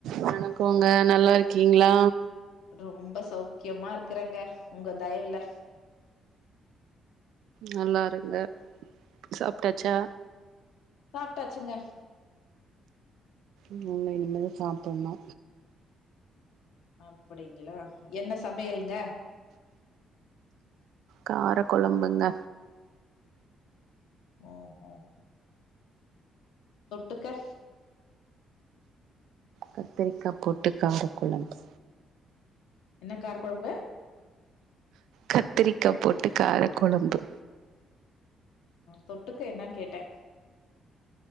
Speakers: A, on the right (about 80°); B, on the left (about 85°).
A: வணக்கங்க நல்லா இருக்கீங்களா
B: ரொம்ப சௌக்கியமா இருக்குறங்க உங்க தயவுல
A: நல்லா இருங்க சாப்ட்டாச்சா
B: சாப்ட்டாச்சுங்க
A: இல்ல இனிமேலு சாப்புட்ணு
B: அப்படிங்களா என்ன சமையல்ங்க
A: காரக்கொழம்புங்க
B: ஓஹோ தொட்டுக்க
A: கத்திரிக்கா போட்டு காரகொழம்பு
B: என்ன கார கொழம்பு
A: கத்திரிக்கா போட்டு கார கொழம்பு
B: தொட்டுக்க என்னன்னு கேட்டே